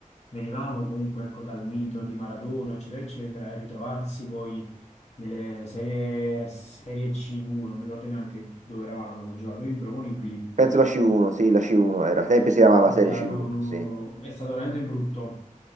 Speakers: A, on the left (about 55°); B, on the right (about 65°).
A: venivamo comunque ecco, dal mito di Maradona, eccetera, eccetera, e ritrovarsi poi nelle serie, serie C2, non mi ricordo neanche dove eravamo con giocatori improponibili.
B: penso la C1, sì, la C1 era. Ai tempi si chiamava
A: È
B: Serie
A: stato,
B: C1, sì.
A: è stato veramente brutto.